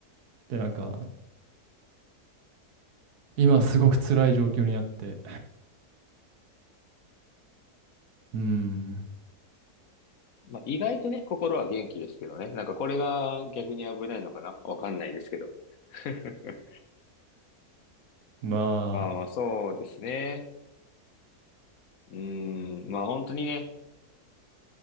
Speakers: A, on the right; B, on the left.
A: で、なんか、今すごく辛い状況にあって。うん。
B: まあ、意外とね、心は元気ですけどね。なんかこれが逆に危ないのかなわかんないですけど。<laughs>
A: ま
B: まあまあ、そうですね。うーん、まあ本当にね、